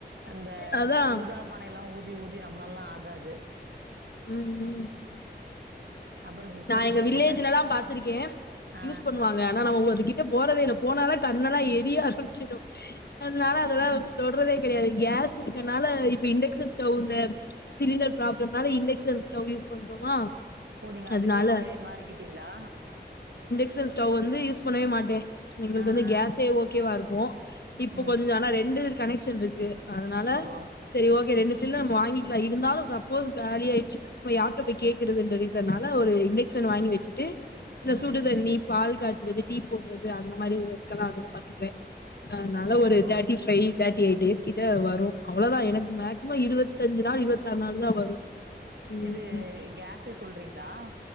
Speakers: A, on the right; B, on the left.
A: அந்த
B: அதான்.
A: ஊதா மனை எல்லா ஊத் தி ஊதி நம்ளால்லா ஆகாது
B: ம் ம்
A: அப்புறம் சிஸ்டர்
B: நா எங்க
A: இன்னைக்கு
B: வில்லேஜ்ஜிலலா
A: என்ன?
B: பாத்துருக்கே
A: ஆ.
B: யூஸ் பண்ணுவாங்க ஆனா நா உவர் அது கிட்ட போறதே இல்ல போனால கண்ணலா எரிய ஆரமிச்சிரு அதனால அதல்லா தொட்றதே கடையாது கேஸ் இருக்கனால இப்ப இண்டக்ஷன் ஸ்டவ் இந்த சிலிண்டர் ப்ராப்ளம்னால இண்டக்ஷன் ஸ்டவ் யூஸ் பண்றோமா
A: ஓ நீங்க
B: அதனால
A: அதுக்கு மாறிக்கிட்டீங்களா
B: க்ஷன் ஸ்டவ் வந்து யூஸ் பண்ணவே மாட்டேன் எங்களுக்கு
A: ஆ,
B: வந்து
A: ஆ.
B: கேஸே ஓகேவா இருக்கும் இப்போ
A: ம்.
B: கொஞ்சோ ஆனா ரெண்டு இரு கனெக்ஷன் இருக்கு அதனால
A: ஓஹோ!
B: செரி ஓகே ரெண்டு தில்ல நம்ம வாங்கிக்கலா இருந்தாலும் சப்போஸ் காலி ஆயிச்சுன வையி யார்ட்ட போய் கேக்குறது அந்த ரீசன் னால ஒரு இண்டெக்ஷன் வாங்கி வச்சுட்டு இந்த
A: ம்.
B: சூடு தண்ணி பால் காய்ச்சுறது டீ போடுறது அந்த மாரி ஒர்க் எல்லா அதுல பாத்துக்கிறேன் அதனால
A: ஓஹோ!
B: ஒரு Thirty five thirty eight days கிட்ட வரும் அவ்ளோதான் எனக்கு மேக்சிமம் இருபத்தி அஞ்சு நாள் இருவத்து ஆறு நாள் தான் வரும் ம்
A: இது கேஸ்ச சொல் சொல்றீங்களா